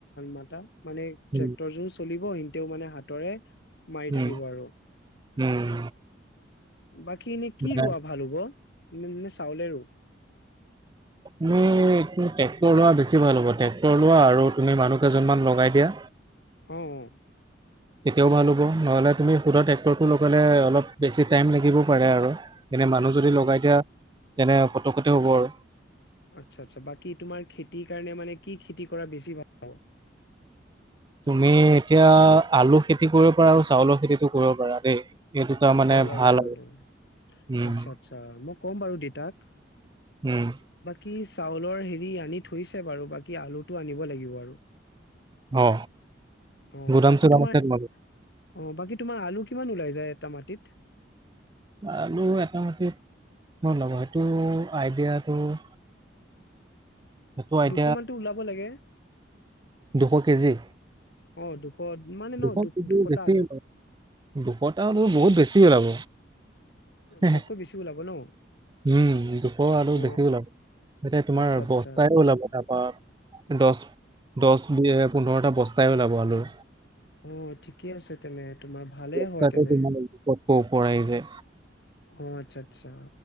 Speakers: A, on the left (about 65°); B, on the right (about 25°).
A: মাতা মানে
B: উম
A: ট্ৰেক্টৰ যে চলিব এ। তেওঁ মানে হাতৰে মাৰি
B: উম
A: থাকিব আৰু
B: উম।
A: বাকী এনে কি
B: মানে
A: ৰোৱা ভাল হ'ব নি নিশ্চ তাউলেৰো
B: আমি ট্ৰেক্টৰ লোৱা বেছি বেছি ভাল হ'ব ট্ৰেক্টৰ লোৱা আৰু তুমি মানুহ কেইজনমান লগাই দিয়া
A: অ অ
B: তেতিয়াও ভাল হ'ব নহ'লে তুমি সুদা টেক্ট্ৰৰটো লগলে অলপ বেছি টাইম লাগিব পাৰে আৰু এনে মানুহ যদি
A: অ
B: লগাই দিয়া তেনে পটকতে হ'ব আৰু
A: আচ্ছা আচ্ছা বাকী তোমাৰ খেতিৰ কাৰণে মানে কি খেতি কৰা বেছি ভাল হ'ব
B: তুমি এতিয়া আলু খেতি কৰিব পাৰা আৰু চাউলৰ খেতিটো কৰিব পাৰা দেই এই দুটা মানে
A: আউল আৰু
B: ভাল
A: চালো
B: উম
A: আচ্ছা আচ্ছা মোক ক'ম বাৰু দেউতাক
B: উম
A: কি চাউলৰ হেৰি আনি থৈছে বাৰু বাকী আলুটো আনিব লাগিব আৰু
B: অ
A: অ
B: গুদাম
A: বাকী
B: চুদাম
A: তোমাৰ
B: আছে তোমালোকৰ?
A: অ বাকী তোমাৰ আলু কিমান ওলাই যায় <unintelligible> মাটিত
B: আৰু এটা মাটিত মোৰ লগ সেইটো আইডিয়াটো সেইটো আই
A: দুশ মানতো ওলাব লাগে
B: <unintelligible> দুশ কেজি?
A: অ, দুশ মানে
B: দুশ
A: ন দু
B: কেজি
A: দুশটা
B: বেছি
A: আলু
B: ওলাব দুশটা বহুত বেছি ওলাব হে
A: তাতকৈ
B: -হে
A: বেছি ওলাব ন
B: উম, দুশ আৰু
A: অ
B: বেছি ওলাব এতিয়া তোমাৰ
A: আচ্ছা আচ্ছা
B: বস্তাই ওলাব তাৰপা দছ- দছ বিয়ে পোন্ধৰটা বচ <unintelligible> আলুৰ
A: অ, ঠিকে আছে তেনে। তোমাৰ ভালে
B: <unintelligible>
A: হয় তেনে
B: ক'ৰ আহিযে?
A: অ, আচ্ছা-আচ্ছা।